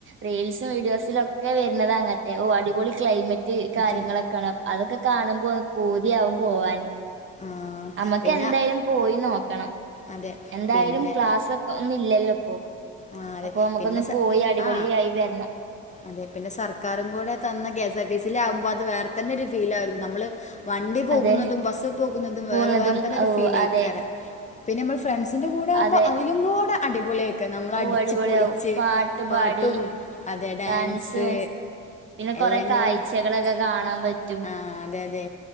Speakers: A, on the right (about 40°); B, on the left (about 25°).
A: റീൽസും വീഡിയോസിൽ ഒക്കെ വരുന്നത് അങ്ങൻത്തെ ഓ അടിപൊളി ക്ലൈമറ്റ്
B: മറ്റേ
A: കാര്യങ്ങളൊക്കെയാണ് അതൊക്കെ കാണുമ്പോ പൂതിയാകും പോവാന്
B: ആഹ്
A: നമ്മക്ക്
B: പിന്നെ
A: എന്തായാലും പോയി നോക്കണം
B: അതെ
A: എന്തായാലും
B: പിന്നെ
A: ക്ലാസ് ഒന്നും ഇല്ലല്ലോ ഇപ്പോ
B: ആ അതെ
A: അപ്പൊ നമുക്കൊന്ന്
B: പിന്നെ സ
A: പോയി അടിപൊളിയായി
B: ആ
A: വരണം
B: അതെ പിന്നെ സർക്കാരും കൂടെ തന്ന K S R T C ൽ ആകുമ്പോ അത് വേറെ തന്നെ ഒരു ഫീൽ ആരുന്നു നമ്മള് വണ്ടി പോകുന്നതും
A: അതെ
B: ബസ് പോകുന്നതും
A: പോണതും
B: വേറെ വേറെ തന്നെ ഒരു
A: ഓ
B: ഫീലേക്കാരം
A: അതെ
B: പിന്നെ നമ്മൾ ഫ്രണ്ട്സിൻ്റെ കൂടെ ആകുമ്പോൾ
A: അതെ
B: അതിലും കൂടെ അടിപൊളി ഒക്കെ നമ്മള് അടിച്ച്
A: ഓ അടിപൊളിയാവും
B: പൊളിച്ച്
A: പാട്ട്
B: പാട്ടും
A: പാടി
B: അതെ ഡാൻസ്
A: ഡാൻസും പിന്നെ
B: എല്ലാംകൊണ്ട്
A: കൊറെ കാഴ്ചകളൊക്കെ
B: കൊറേ കാഴ്ചകൾ
A: കാണാൻ
B: ഓക്കെ കാണാ
A: പറ്റും
B: ആഹ് അതെ അതെ